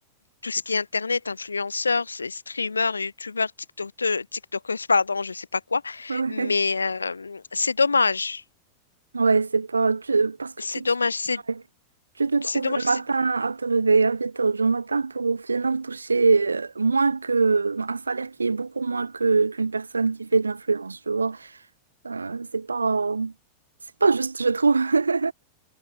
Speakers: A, on the left; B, on the right.
A: tout ce qui est internet, influenceurs, c'est streamers, youtubeurs, tiktokers, tiktokers, pardon, je sais pas quoi.
B: <laughs> Ouais,
A: Mais euh, c'est dommage,
B: ouais, c'est pas... tu- Parce que
A: c'est
B: tu
A: dommage,
B: te...
A: c'est
B: ouais. Tu te trouves
A: c'est dommage,
B: le matin
A: c'est
B: à te réveiller à 8 heures du matin pour au final toucher euh, moins que un salaire qui est beaucoup moins que qu'une personne qui fait de l'influence, tu vois Euh, c'est pas... C'est pas juste, je trouve. <laughs>